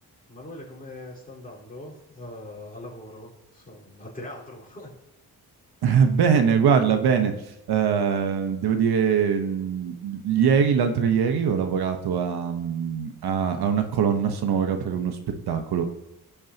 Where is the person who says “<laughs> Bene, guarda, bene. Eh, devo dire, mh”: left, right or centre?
Right